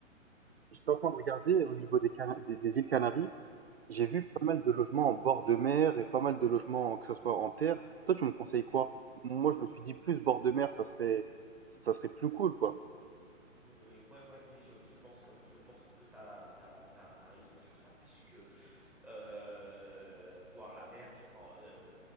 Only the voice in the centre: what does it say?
Oui, oui, oui, ouais, ouais, oui, je, je pense que, je pense que t'as, t'as, t'as, t'as raison sur ça puisque euh, voir la mer, c'est euh,